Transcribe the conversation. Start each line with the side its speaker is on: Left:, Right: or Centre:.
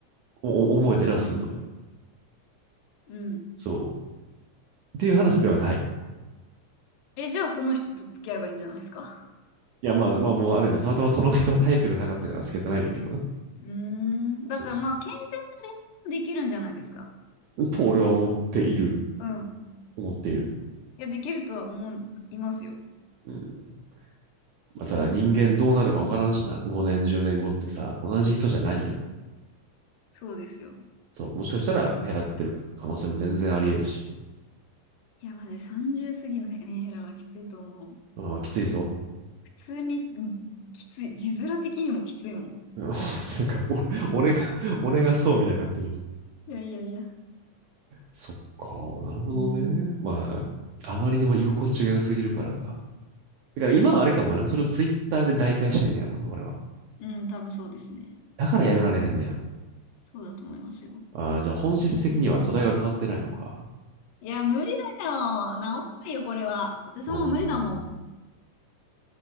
Right: お思えたりはするのよ。
Left: うん。うん。
Right: そう。っていう話ではない。
Left: え、じゃあその人と付き合えばいいんじゃないですか
Right: いや、まあまあもうあれで、たまたまその人はタイプじゃなかったからつけてないんだけどな。
Left: うーん。だからまあ、
Right: そうそ
Left: 健全な恋愛もできるんじゃないですか。
Right: う。と俺は思っている。
Left: うん。
Right: 思っている。
Left: いや、できるとは思う、いますよ。
Right: うん。まあ、ただ人間どうなるかわからんしな。5年、10年後ってさ、同じ人じゃないやん。
Left: そうそうですよ。
Right: そう、もしかしたら減らってる可能性も全然あり得るし。
Left: いや、マジ30過ぎのメンヘラはきついと思う。
Right: ああ、きついぞ。
Left: 普通に、うん、きつい。字面的にもきついもん。
Right: <laughs> なんか俺、俺が、俺がそうみたいになってる。
Left: いやいやいや。
Right: そっか、なるほどね。
Left: うん、
Right: まあ、あまりにも居心地が良すぎるからか。だから今はあれかもな。それをツイッターで代替してんねやろうな、俺は。
Left: うん、多分そうですね。
Right: だからやめられへんねや。
Left: そうだと思いますよ。
Right: ああ、じゃあ本質的には土台が変わってないのか。
Left: 私もそうなんで。いや、無理だよ。治んないよ、これは。私もう無理だもん。
Right: うーん。